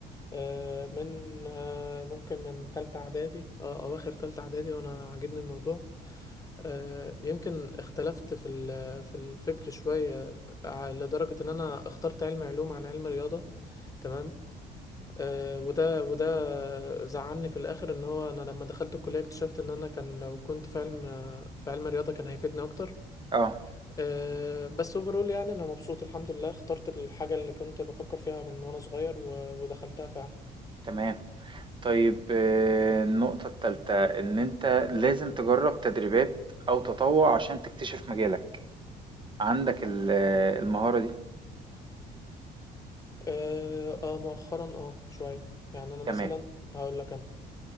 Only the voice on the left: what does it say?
آه، من آه، ممكن من تالتة إعدادي أه أواخر تالتة إعدادي وأنا عاجبني الموضوع آه، يمكن اختلفت في ال- في الفكر شوية ع- لدرجة إن أنا اخترت علم علوم عن علم رياضة تمام آه، وده وده زعلني في الآخر إن هو أنا لما دخلت الكلية اكتشفت إن أنا كان لو كنت في علم في علم رياضة كان هيفيدني أكتر
آه، بس اوفرول يعني أنا مبسوط الحمد لله اخترت الحاجة اللي كنت بفكر فيها من وأنا صغير و- ودخلتها فعلا
اه آه، مؤخرا اه شوية يعني انا مثلا
هقول لك انا